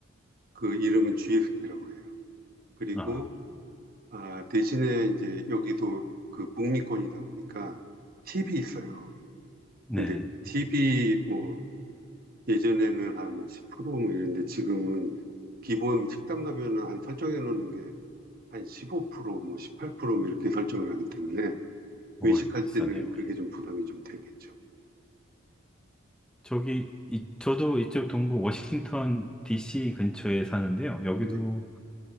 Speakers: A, on the right; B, in the centre.
A: 그 이름은 GST라고 해요. 그리고
B: 아, 아.
A: 아, 대신에 이제 여기도 그 북미권이다 보니까 팁이 있어요.
B: 네.
A: 근데 팁이 뭐 예전에는 한 10%뭐 이랬는데 지금은 기본 식당 가면은 한 설정해 놓는 게 한 15%뭐 18%뭐 이렇게 설정을 하기 때문에
B: 어휴,
A: 외식할
B: 비싸네요.
A: 때는 그게
B: 예.
A: 좀 부담이 좀 되겠죠.
B: 저기, 이, 저도 이쪽 동부 워싱턴 DC 근처에 사는데요. 여기도
A: 네.